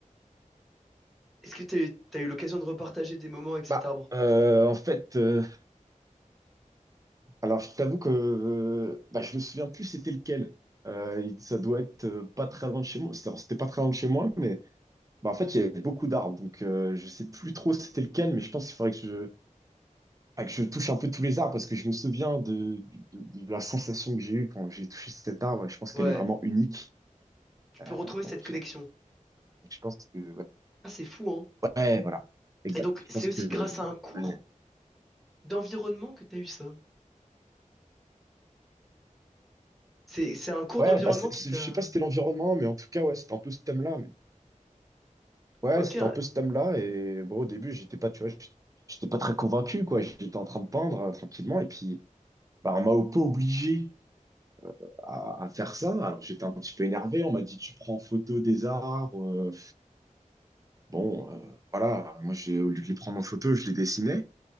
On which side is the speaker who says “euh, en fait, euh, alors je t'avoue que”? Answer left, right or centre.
Right